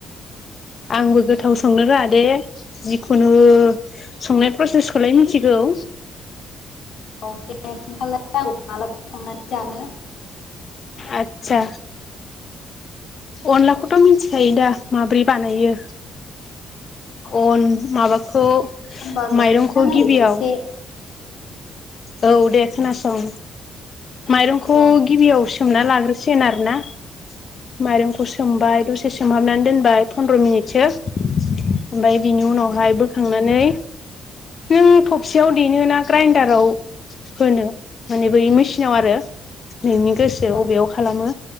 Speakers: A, on the left; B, on the left.
A: आंबो गोथाव संनो रोङा दे जिखुनु संनाय प्रसेसखौलाय मिथिगौ। औ।
B: औ दे बिदिबालाय आं मालाबा संनानै जानो।
A: आतसा अनलाखौथ' मिथिखायो दा माब्रै बानायो अन माबाखौ
B: होमबाबो
A: माइरंखौ
B: खिन्थानायदो
A: गिबियाव।
B: एसे
A: औ दे खोनासं माइरंखौ
B: औ
A: गिबियाव सोमना लाग्रो। सिनार ना माइरंखौ सोमबाय दसे सोमहाबनानै दोनबाय फन्द्र मिनिटसो। ओमफ्राय बिनि उनावहाय बोखांनानै नों थबसेयाव ना ग्राइन्दाराव होनो माने बै मेसिनाव आरो। नोंनि गोसो
B: औ
A: बबेयाव खालामो